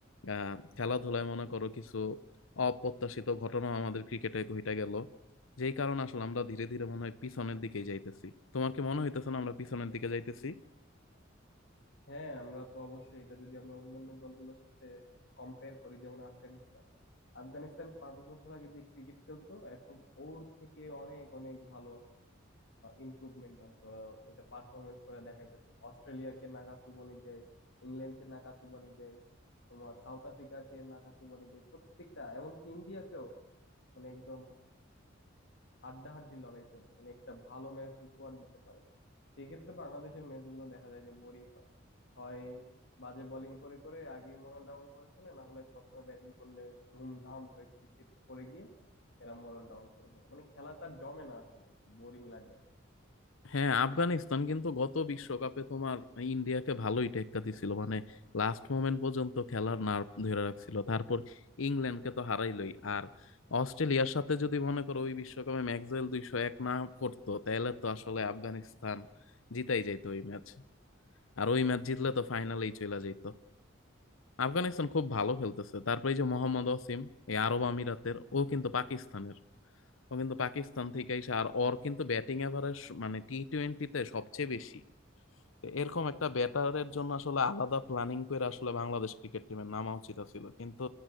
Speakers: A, on the left; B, on the left.
A: আহ খেলাধুলায় মনে করো কিছু অপ্রত্যাশিত ঘটনা আমাদের ক্রিকেটে ঘটে গেল যেই কারণে আসলে আমরা ধীরে ধীরে মনে হয় পিছনের দিকেই যাইতেছি তোমার কি মনে হইতেছে না আমরা পিছনের দিকে যাইতেছি
B: হ্যাঁ আমরা তো অবশ্যই এটা যদি আমরা অন্যান্য দলগুলোর সাথে কম্পেয়ার করি যেমন আফগানিস্তান আফগানিস্তান পাঁচ বছর আগে যে ক্রিকেট খেলতো এখন ওর থেকে অনেক অনেক ভালো ইমপ্রুভমেন্ট আনছে ওরা ওইটা পারফরমেন্স করে দেখাইতেছে অস্ট্রেলিয়াকে নাকা চুবানি দেয় ইংল্যান্ডকে নাকা চুবানি দেয় তোমার সাউথ আফ্রিকাকে নাকা চুবানি দেয় প্রত্যেকটা এমনকি ইন্ডিয়াকেও মানে একদম হাড্ডাহাড্ডি লড়াই চলে মানে একটা ভালো ম্যাচ উপহার দিতে পারে সেই ক্ষেত্রে বাংলাদেশের ম্যাচগুলো দেখা যায় যে বোরিং হয় হয় বাজে বোলিং করে করে আগেই মোরাল ডাউন করে ফেলে না হলে প্রথমে ব্যাটিং করলে ধুমধাম কয়েক উইকেট পড়ে গিয়ে এরা মোরাল ডাউন করে ফেলে মানে খেলাটা জমে না আসলে বোরিং লাগে
A: হ্যাঁ আফগানিস্তান কিন্তু গত বিশ্বকাপে তোমার ইন্ডিয়াকে ভালোই টেক্কা দিছিল মানে লাস্ট মোমেন্ট পর্যন্ত খেলার নার্ভ ধরে রাখছিল তারপর ইংল্যান্ডকে তো হারাইলই আর অস্ট্রেলিয়ার সাথে যদি মনে করো ওই বিশ্বকাপে ম্যাকডওয়েল দুইশো এক না করতো তাহলে তো আসলে আফগানিস্তান জিতাই যেত ওই ম্যাচ আর ওই ম্যাচ জিতলে তো ফাইনালেই চলে যেত আফগানিস্তান খুব ভালো খেলতেছে তারপরে এই যে মোহাম্মদ ওসিম এই আরব আমিরাতের ও কিন্তু পাকিস্তানের ও কিন্তু পাকিস্তান থেকে এসে আর ওর কিন্তু ব্যাটিং এভারেজ মানে টি টোয়েন্টিতে সবচেয়ে বেশি এরকম একটা ব্যাটারের জন্য আসলে আলাদা প্ল্যানিং করে আসলে বাংলাদেশ ক্রিকেট টিমের নামা উচিত ছিল কিন্তু